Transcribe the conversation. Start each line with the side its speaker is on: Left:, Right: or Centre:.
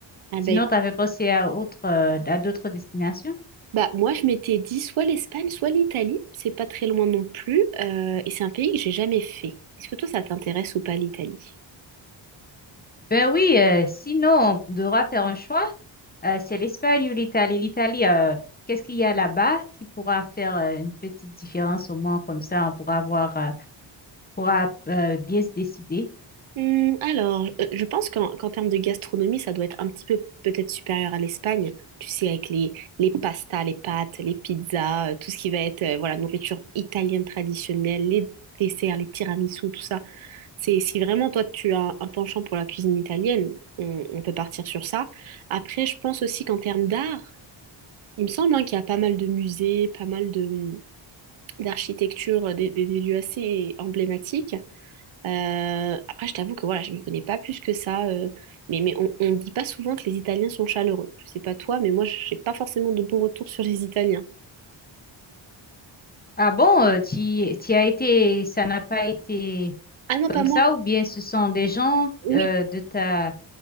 Right: Ah
Left: Sinon,
Right: bah écoute,
Left: tu avais pensé à autre, euh, à d'autres destinations?
Right: bah moi je m'étais dit soit l'Espagne, soit l'Italie, c'est pas très loin non plus, euh, et c'est un pays que j'ai jamais fait. Est-ce que toi ça t'intéresse ou pas l'Italie?
Left: Ben oui, euh, sinon, on devra faire un choix. Euh, c'est l'Espagne ou l'Italie. L'Italie, euh, qu'est-ce qu'il y a là-bas qui pourra faire euh, une petite différence au moins comme ça, on pourra voir, euh, pourra euh, bien se décider.
Right: Hum, alors, euh, je pense qu'en qu'en termes de gastronomie, ça doit être un petit peu peut-être supérieur à l'Espagne. Tu sais, avec les, les pastas, les pâtes, les pizzas, euh, tout ce qui va être euh, voilà, nourriture italienne traditionnelle, les desserts, les tiramisus, tout ça. C'est, si vraiment toi, tu as un, un penchant pour la cuisine italienne, on, on peut partir sur ça. Après, je pense aussi qu'en termes d'art, il me semble hein, qu'il y a pas mal de musées, pas mal de d'architecture euh, des, des- des lieux assez emblématiques. Euh, après, je t'avoue que voilà, je ne m'y connais pas plus que ça. euh, mais mais on on ne dit pas souvent que les Italiens sont chaleureux. Je sais pas toi, mais moi, j'ai pas forcément de bons retours sur les Italiens.
Left: Ah bon, euh, tu, as été, ça n'a pas été
Right: Ah non,
Left: comme
Right: pas moi.
Left: ça, ou bien ce sont des gens
Right: Oui,
Left: euh, de ta...